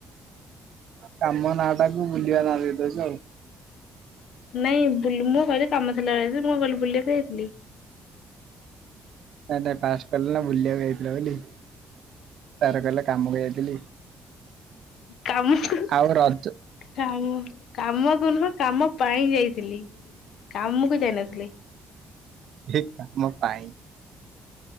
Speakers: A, on the right; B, on the left.
A: କାମ ନାଁ ଟାକୁ ବୁଲିବା ନା ଦେଇଦେଉଛ ଆଉ।
B: ନାଇଁ ବୁଲି ମୁଁ କହିଲି କାମ ଥିଲା ଯାଇଥିଲି ମୁଁ କହିଲି ବୁଲିବାକୁ ଯଇଥିଲି।
A: ନାହିଁ ନାହିଁ ଫାଷ୍ଟ କହିଲ ନା ବୁଲିବାକୁ ଯାଇଥିଲ ବୋଲି ତାପରେ କହିଲ କାମକୁ ଯାଇଥିଲି।
B: କାମ କୁ।
A: ଆଉ ରଜ
B: କାମ କାମ ତ ନୁହଁ କାମ ପାଇଁ ଯାଇଥିଲି କାମକୁ ଯାଇନଥିଲି।
A: ହେଇ କାମ ପାଇଁ।